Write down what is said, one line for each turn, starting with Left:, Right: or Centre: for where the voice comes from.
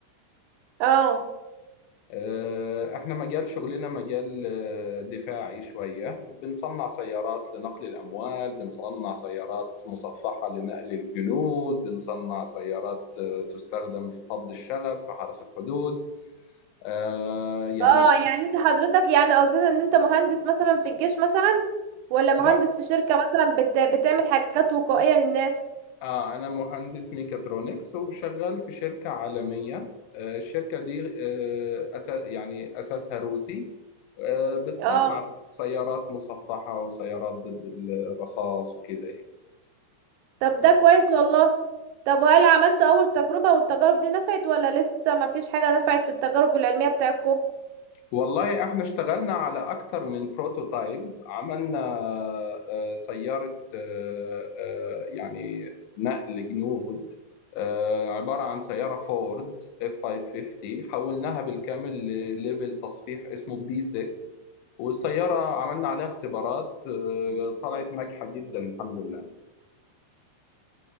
Right: اه
Left: آه، احنا مجال شغلنا مجال آه، دفاعي شوية بنصنع سيارات لنقل الأموال بنصنع سيارات مصفحة لنقل الجنود بنصنع سيارات آه، تستخدم في فض الشغب في حرس الحدود آه، يعني
Right: اه يعني انت حضرتك يعني قصدك ان انت مهندس مثلا في الجيش مثلا ولا مهندس
Left: لا
Right: في شركة مثلا بت... بتعمل حاجات وقائية للناس
Left: اه انا مهندس ميكاترونكس وشغال في شركة عالمية آه، الشركة دي آه، أسا يعني اساسها روسي آه، بتصنع
Right: اه
Left: سيارات مصفحة وسيارات ضد الرصاص وكده يعني
Right: طب ده كويس والله طب وهل عملت اول تجربة والتجارب دي نفعت ولا لسه مفيش حاجة نفعت في التجارب العلمية بتاعتكم
Left: والله احنا اشتغلنا على اكتر من بروتوتايب عملنا آه، سيارة آه، آه، يعني نقل جنود آه، عبارة عن سيارة فورد اف 550 حولناها بالكامل لليفل تصفيح اسمه بي 6 والسيارة عملنا عليها اختبارات آه، طلعت ناجحة جدا الحمد لله